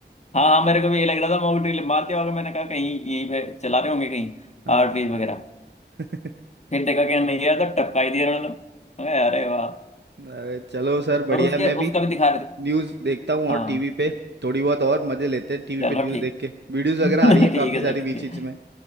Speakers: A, on the left; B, on the right.
A: हाँ हाँ मेरे को भी ये लग रहा था मॉक ड्रिल मारते वक्त मैंने कहा कहीं यहीं पे चला रहे होंगे कहीं
B: हाँ
A: आर्टरीज वगैरह
B: <laughs>
A: फिर देखा कि नहीं यार तो टपका ही दिया उन्होंने मैं कहा, अरे वाह
B: अरे चलो सर बढ़िया
A: और उसके
B: है, मैं भी
A: उसका भी दिखा रहे थे
B: न्यूज़ देखता हूँ और
A: हाँ
B: टीवी पे थोड़ी बहुत और मजे लेते हैं टीवी
A: चलो
B: पे न्यूज़ देख के वीडियोस
A: ठीक
B: वगैरह आ रही है
A: <laughs> ठीक
B: काफी
A: है
B: सारी
A: सर ठीक
B: बीच
A: है
B: बीच में